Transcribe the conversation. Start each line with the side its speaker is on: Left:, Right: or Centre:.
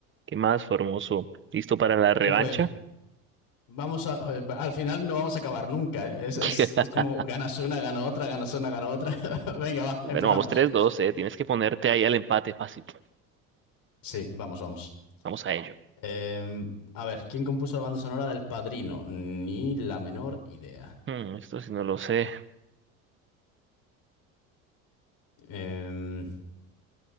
Right: ¿Qué más, Formoso? ¿Listo para la revancha?
Left: ¿Qué fue? Vamos a, eh, al final no vamos a acabar nunca, ¿eh? Es,
Right: <laughs>
Left: es, es como ganas una, gana otra, ganas una, gana otra. <laughs> Venga, va, empezamos.
Right: Bueno, vamos tres, dos, eh. Tienes que ponerte ahí al empate fácil.
Left: Sí, vamos, vamos.
Right: Vamos a ello.
Left: Em, a ver, ¿quién compuso la banda sonora del Padrino? Ni la menor idea.
Right: Hmm, esto sí no lo sé.
Left: Em,